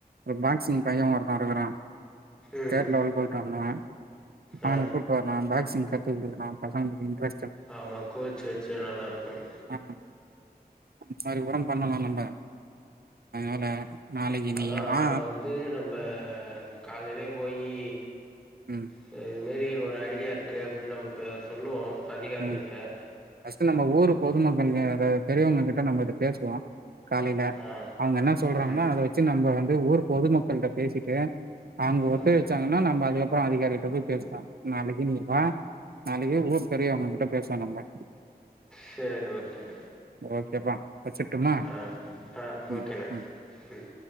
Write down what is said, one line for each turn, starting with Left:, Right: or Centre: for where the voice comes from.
Right: ஒரு பாக்சிங் பையன் ஒருத்தா இருக்கிறான்
Centre: ம்
Right: ஸ்டேட் லெவல் போயிட்டு வந்தான் அவனை
Centre: ஆ
Right: கூட்டு வரலான் பாக்சிங் கத்துக்கெடலாம் பசங்களுக்கு இன்ட்ரெ
Centre: ஆமா கோச்சு வச்சு நல்லா இருக்கும்
Right: ஆ அந்த மாரி உரம் பண்ணலாம் நம் ஆ அதனால நாளைக்கு
Centre: அதா
Right: நீங்க வா
Centre: அப்ப வந்து நம் இப்போ காலில போயீ
Right: ம்
Centre: சேரி இந் மாரி ஒரு ஐடியா இருக்கு அப்படின்னு நம்ம இப்போ சொல்லுவோம் அதிகாரிக்கிட்ட
Right: ம் ஃபஸ்டு நம்ம ஊ பொதுமக்கள் பெரியவங்க கிட்ட நம்ம இத பேசுவோம் காலையில
Centre: ஆ
Right: அவங்க என்ன சொல்றாங்களோ
Centre: ம்
Right: அத வச்சு நம்ம வந்து ஊர் பொதுமக்கள்கிட்ட பேசிட்டு அவங்க ஒத்துழைச்சங்கன்னா
Centre: ஆ
Right: நம்ம அதுக்கப்புறம் அதிகாரிகிட்ட போய் பேசுவோம் நாளைக்கு நீ வா நாளைக்கு ஊர் சரிய அவங்ககிட்ட பேசுவும் நம்ம
Centre: செரி ஓகே.
Right: ஓகேப்பா வச்சுட்டுமா
Centre: ஆ ஆ
Right: ம்
Centre: ஓகேண்ணா
Right: ம்
Centre: ம்.